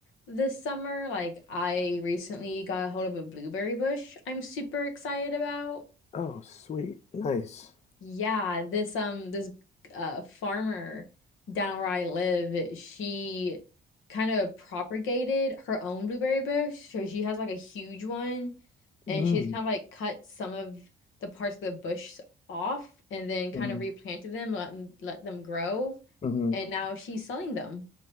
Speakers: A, on the left; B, on the left.
A: this summer. Like I recently got a hold of a blueberry bush I'm super excited about.
B: Oh, sweet, nice.
A: Yeah, this um this uh farmer down where I live, she kind of propagated her own blueberry bush. So she has like a huge one and
B: Mm,
A: she's kind of like cut some of the parts of the bush off and then kind
B: mm,
A: of replanted them, let, let them grow.
B: mm-hmm.
A: And now she's selling them.